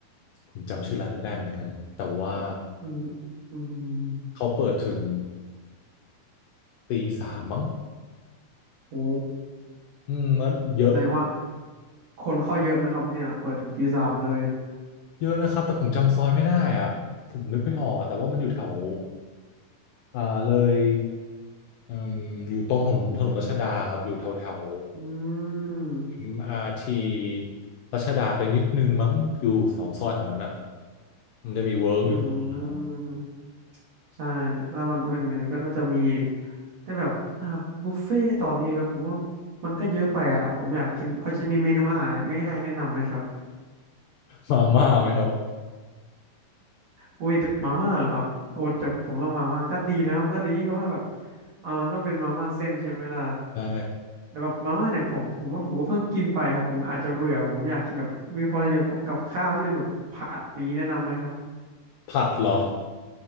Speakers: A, on the left; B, on the right.
A: ผมจำชื่อร้านไม่ได้เหมือนกันแต่ว่า
B: อืมอืม
A: เขาเปิดถึงตีสามมั้ง
B: โอ้
A: อืมแล้วเยอะ
B: แสดงว่าคนเข้าเยอะไหมครับเนี่ย เปิดถึงตีสามเลย
A: เยอะนะครับแต่ผมจำซอยไม่ได้อ่ะผมนึกไม่ออกอะแต่ว่ามันอยู่แถวอ่าเลยอืมอยู่ตรงถนนถนนรัชดาครับอยู่แถวแถว
B: อืม
A: m r ารทีรัชดาไปนิดนึงมั้งอยู่แถวซอยแถวนั้นอ่ะมันจะมีเวิร์กอยู่
B: อื
A: <laughs>
B: มใช่ถ้ามันเป็นอย่างนั้นก็น่าจะมีแต่แบบอ่าบุฟเฟ่ต์ตอนนี้ครับผมว่ามันก็เยอะไปอ่ะ ผมอยากกินพอจะมีเมนูอาหารแบบง่ายๆแนะนำไหมครับ
A: มาม่าไหมครับ
B: อุ้ยแต่มาม่าเหรอครับโอ้แต่ผมว่ามาม่าก็ดีนะครับก็ดีเพราะว่าแบบอ่ามันก็เป็นมาม่าเส้นใช่ไหมล่ะ
A: ใช่
B: แต่แบบมาม่าเนี่ยผมผมว่าผมก็เพิ่งกินไปครับผมอาจจะเบื่อผมไม่อยากกินแบบมีพอจะมีพวกกับข้าวที่เป็นแบบผัดนี้แนะนำไหมครับ
A: ผัดเหรอ